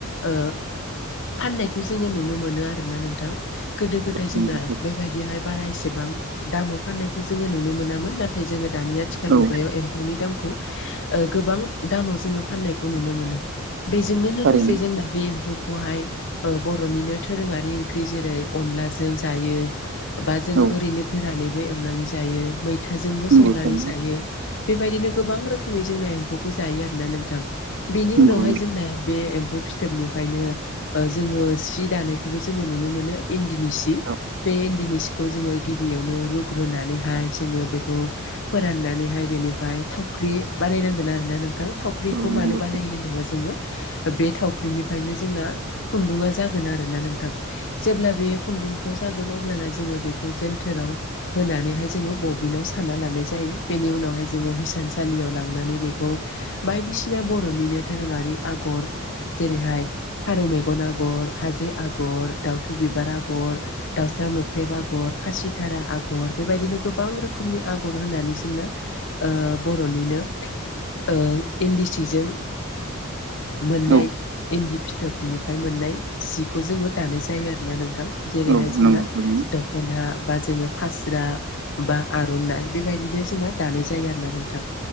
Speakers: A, on the left; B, on the right.
A: ओ फाननायखौ जोङो नुनो मोनो आरोना नोंथां गोदो गोदाय
B: नंगौ
A: जोंना। बेबायदिहाय बारा एसेबां दामाव फाननायखौ जोङो नुनो मोनामोन। नाथाय जोङो दानि आथिखाल
B: थारैनो।
A: मुगायाव
B: औ
A: एम्फौनि दामखौ ओ गोबां दामाव जोङो फाननायखौ नुनो मोनो। बेजोंनो लोगोसे
B: थारैनो
A: जोंना बे एम्फौ बेखौहाय बर'निनो दोरोङारि ओंख्रि जेरै अनलाजों जायो। बा जोङो
B: औ
A: ओरैनो गोरानैबो एवनानै जायो मैथाजोंबो
B: नंगौ
A: संनानै
B: थारैनो
A: जायो। बेबायदिनो गोबां रोखोमै जोंना एम्फौखौ जायो आरो ना नोंथां। बिनि
B: नंगौ
A: उनावहाय
B: नंगौ
A: जोंना बे एम्फौ फि थोबनिफ्रायनो ओ जोङो सि दानायखौबो जोङो नुनो मोनो इन्दिनि सि।
B: औ
A: बे इन्दिनिसखौ जोङो गिबियावनो रुग्रोनानैहाय जोङो बेखौ फोराननानैहाय बेनिफ्राय थावख्रि बानायनांगोन आरोना नोंथां। थावख्रिखौ
B: औ
A: मानो
B: नंगौ
A: बानायो होन जोङो बे थावख्रिनिफ्रायनो जोंना खुन्दुंङा जागोन आरोना नोंथां। जेब्ला बेयो खुन्दुंखौ जागोन अब्लाना जोङो बेखौ जेन्थोराव होनानैहाय जोङो बबिनाव साना लानाय जायो बेनि उनावहाय जोङो हिसानसालियाव लांनानै बेखौ बायदिसिना बर'निनो धोरोङारि आगर जेरैहाय फारौ मेगन आगर, हाजो आगर, दाउथु बिबार आगर। दाउसा मोख्रेब आगर खासिथारा आगर बेबायदिनो गोबां रोखोमनि आगर होनानै जोंना ओ बर'निनो ओ इन्दि सिजों मोननाय
B: थारैनो। औ
A: इन्दि फिथोबनिफ्राय मोननाय सिखौ जोङो दानाय जायो आरो ना नोंथां। जेरैहाय
B: औ
A: जोंना
B: नंगौ थारैनो औ
A: दख'ना बा जोङो फास्रा बा आर'नाय बेबायदिनो दानाय जायो आरोना नोंथां।